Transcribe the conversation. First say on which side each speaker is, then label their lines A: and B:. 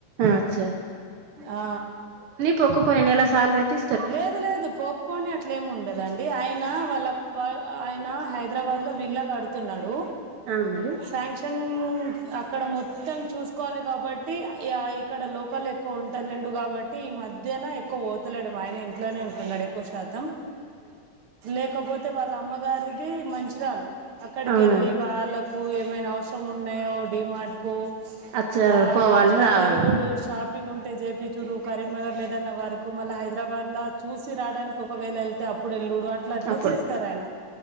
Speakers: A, on the right (about 65°); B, on the right (about 50°).
A: అచ్చా
B: ఆ
A: పొకపాయె నేలా సాల్రయితె
B: లేదు లేదు పో పోని అట్లేముండదండి ఆయన వాళ్ళ ఆయనా హైదరాబాద్లో విల్లాగడుతున్నాడు
A: అవునండి
B: సాంక్ష న్ అక్కడ మొత్తం చూసుకోవాలి గాబట్టి ఇగ ఇక్కడ లోకల్ కొంటలేడు గాబట్టి ఈ మధ్యన ఎక్కువ పో తలేడు మా ఆయన ఇంట్లనే ఉంటున్నడు ఎక్కువ శాతం లేకపోతే వాళ్ళమ్మగారి దీ మంచిర్యాల్ అక్కడికెళ్ళి
A: అవునండి
B: వాళ్ళకు ఏమైనా అవసరం ఉన్నాయో డిమార్ట్కు
A: అచ్చ
B: ఆ
A: పోవాలి
B: అట్ల
A: రావాలి
B: తిరుగుడు షాపింగుంటే జేపిచ్చుడు కరీంనగర్లేదన్న వార మళ్ళ హైదరాబాద్ల చూసి రాడానికొకవేలెళ్తే అప్పుడెళ్ళుడు అ ట్లట్ల
A: అప్పుడు
B: చేస్తరాయన